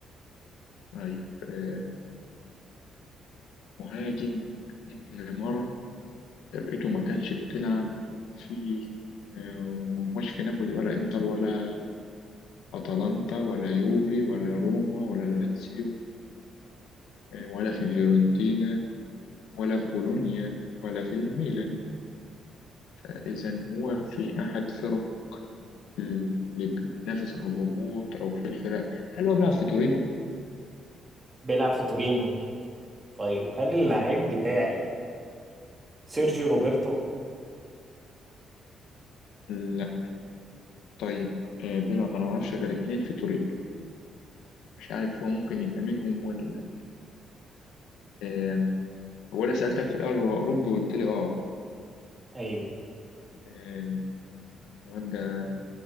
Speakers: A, on the left; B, on the right.
A: طيب آه، مهاجم ابن مرة فرقته ما كانتش بتلعب في آه، وما هوش في نابولي ولا انتر ولا اتلانتا ولا يوفي ولا روما ولا لاتسيو آه، ولا في فيورنتينا ولا في بولونيا ولا في الميلان إذا هو في أحد فرق اللي بتنافس على الهبوط أو في الفرق هل هو بيلعب في تورينو؟
B: بيلعب في تورينو طيب هل اللعيب بتاعي سيرجيو روبرتو
A: لا طيب آه، بيلعب ما أنا معرفش غير اتنين في تورينو مش عارف هو ممكن يبقى منهم ولا لا آه، هو انا سألتك في الأول هو أوروبي وقلت لي آه
B: ايوه
A: آه، الواد ده